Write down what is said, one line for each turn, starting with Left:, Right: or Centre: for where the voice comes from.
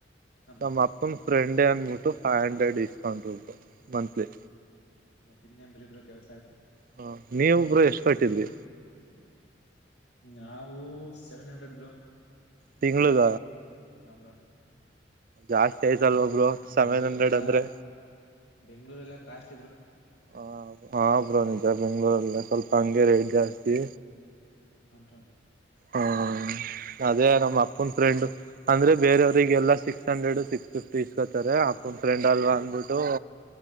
Left: ಹಾ ಬ್ರೋ
Right: ನಮ್ಮ ಅಪ್ಪನ ಫ್ರೆಂಡೇ ಅನ್ಬಿಟ್ಟು ಫೈವ್ ಹಂಡ್ರೆಡ್ ಇಸ್ಕಂಡ್ರು ಬ್ರೋ ಮಂತ್ಲಿ
Left: ಮತ್ತ ಇನ್ನೆನ್ನ ಬಿಡಿ ಬ್ರೊ ಕೆಲಸ ಆಯ್ತು
Right: ಹ ನೀವು ಬ್ರೋ ಎಷ್ಟ ಕಟ್ಟಿದ್ರಿ
Left: ನಾವು ಸೆವೆನ್ ಹಂಡ್ರೆಡ್ ಬ್ರೊ
Right: ತಿಂಗಳಗ
Left: ಹಾ ಬ್ರೋ
Right: ಜಾಸ್ತಿ ಆಯ್ತಲ್ವ ಬ್ರೋ ಸೆವೆನ್
Left: ಬ್ರೊ
Right: ಹಂಡ್ರೆಡ್
Left: ಇಲ್ಲೆಲ್ಲ
Right: ಅಂದ್ರೆ
Left: ಬೆಂಗಳೂರು ಎಲ್ಲ ಕಾಸ
Right: ಹ ಹಾ ಬ್ರೋ ಬೆಂಗ್ಗಳೂರಲ್ಲ ಸ್ವಲ್ಪ ಹಂಗೆ ರೇಟ್ ಜಾಸ್ತಿ
Left: ಹ ಬ್ರೋ
Right: ಹ್ಮ್ ಅದೇ
Left: ಇದು
Right: ನಮ್ಮ
Left: ಬ್ರೋ
Right: ಅಪ್ಪನ್ ಫ್ರೆಂಡು ಅಂದ್ರೆ ಬೇರೆಯವ್ರರಿಗೆಲ್ಲಾ ಸಿಕ್ಸ್ ಹಂಡ್ರೆಡ್ ಸಿಕ್ಸ್ ಫಿಫ್ಟಿ ಇಸ್ಕೊತಾರೆ ಅಪ್ಪನ ಫ್ರೆಂಡ್ ಅಲ್ವಾ ಅಂದ್ಬಿಟ್ಟು